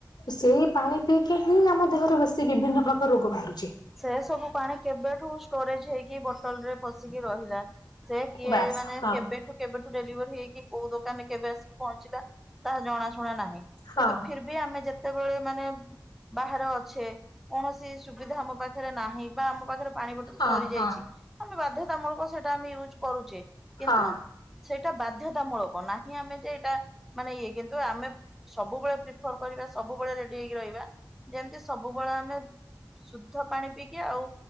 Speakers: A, on the left; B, in the centre.
A: ସେଇ ପାଣି ପିଇକି ହିଁ ଆମ ଦେହରେ ବେଶୀ ବିଭିନ୍ନ ପ୍ରକାର ରୋଗ ବାହାରୁଛି
B: ସେ ସବୁ ପାଣି କେବେଠୁ ଷ୍ଟୋରେଜ ହେଇକି ବଟଲରେ ପଶିକି ରହିଲା ସେ କିଏ
A: ବାସ୍
B: ମାନେ
A: ହଁ
B: କେବେଠୁ କେବେଠୁ ଡେଲିଭରି ହେଇକି କୋଉ ଦୋକାନରେ କେବେ ଆସିକି ପହଞ୍ଚିଲା ତାହା ଜଣା ଶୁଣା ନାହିଁ
A: ହଁ
B: କିନ୍ତୁ ଫିର ବି ଆମେ ଯେତେ ବେଳେ ମାନେ ବାହାର ଅଛେ କୌଣସି ସୁବିଧା ଆମ ପାଖରେ ନାହିଁ ବା ଆମ ପାଖରେ ପାଣି ପଟକୁ
A: ହଁ
B: ସରି ଯାଇଛି
A: ହଁ
B: ଆମେ ବାଧ୍ୟତାମୂଳକ ସେଟା ଆମେ ୟୁଜ କରୁଛେ କିନ୍ତୁ
A: ହଁ
B: ସେଇଟା ବାଧ୍ୟତାମୂଳକ ନାହିଁ ଆମେ ଯେ ଏଇଟା ମାନେ ଇଏ କିନ୍ତୁ ଆମେ ସବୁବେଳେ ପ୍ରିଫର କରିବା ସବୁବେଳେ ରେଡି ହେଇକି ରହିବା ଯେମିତି ସବୁବେଳେ ଆମେ ଶୁଦ୍ଧ ପାଣି ପିଇକି ଆଉ